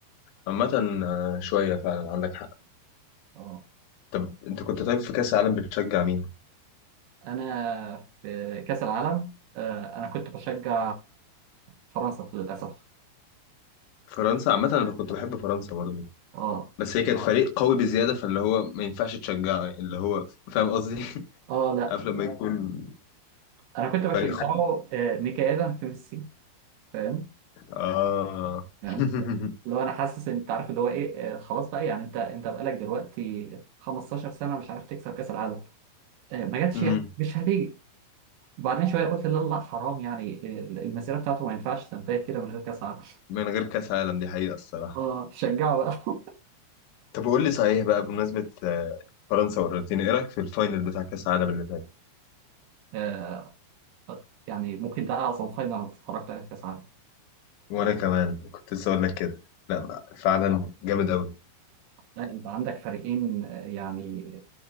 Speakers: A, on the left; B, on the right.
A: عامة آه، شوية فعلا عندك حق
B: اه
A: طب انت كنت طيب في كأس العالم بتشجع مين؟
B: انا في كاس العالم آه، انا كنت بشجع فرنسا للاسف
A: فرنسا عامة انا كنت بحب فرنسا برضو
B: اه
A: بس هي كانت اه فريق قوي بزيادة فاللي هو ما ينفعش تشجعه اللي هو فاهم قصدي <laughs>
B: اه لا
A: عارف لما يكون
B: انا كنت بشجعه
A: فريق خارق
B: آه، نكاية في ميسي فاهم
A: اه
B: يعني
A: <laughs>
B: لو انا حاسس ان انت عارف اللي هو ايه آه، خلاص بقى يعني انت انت بقالك دلوقتي 15 سنه مش عارف تكسب كاس العالم آه، ما جاتش
A: أمم.
B: يعني مش هتيجي وبعدين شويه قلت لا لا حرام يعني ال- المسيره بتاعته ما ينفعش تنتهي كده من غير كاس عالم
A: من غير كأس عالم دي حقيقة الصراحة
B: اه شجعه بقى <laughs>
A: طب قول لي صحيح بقى بمناسبة آه، فرنسا والأرجنتين ايه رأيك في الفاينل بتاع كأس العالم اللي فات
B: آه، يعني ممكن ده اعظم فاينل اتفرجت عليه في كاس عالم
A: وانا كمان كنت لسه اقول لك كده لا بقى، فعلا جامد قوي
B: لا انت عندك فريقين آه، يعني